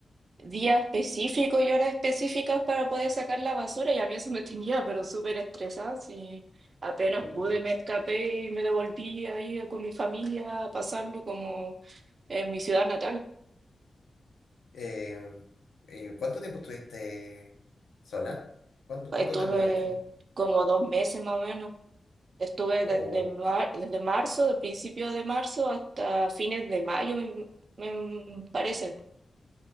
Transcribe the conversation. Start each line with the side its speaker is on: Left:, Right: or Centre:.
Right: días específicos y horas específicas para poder sacar la basura y a mí eso me tenía, pero súper estresada. sí. Apenas
Left: sí.
Right: pude, me escapé y me devolví ahí con mi familia a pasarlo como en mi ciudad natal.
Left: Eh, ¿y cuánto tiempo estuviste sola? ¿Cuánto,
Right: Estuve
Left: cuánto te demoraste?
Right: como dos meses más o menos. Estuve desde,
Left: Oh,
Right: mar- desde marzo, del principio de marzo hasta fines de mayo, me, me parece.